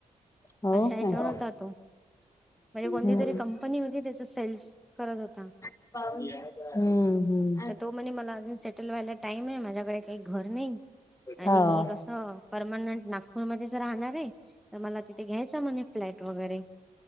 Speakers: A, on the left; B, in the centre.
A: हो
B: अशा याच्यान
A: काय
B: होता तो म्हणजे कोणती
A: हम्म
B: तरी कं कंपनी होती त्याचा सेल्स करत होता
A: पाऊस हं हं
B: त तो म्हणे मला अजून सेटल व्हायला टाइमे माझ्याकडे काय घर नय आणि
A: हो
B: मी कसं... परमनंट नागपूरमध्येच राहणार रे तर मला तिथे घ्यायचं म्हणे फ्लॅट वगैरे....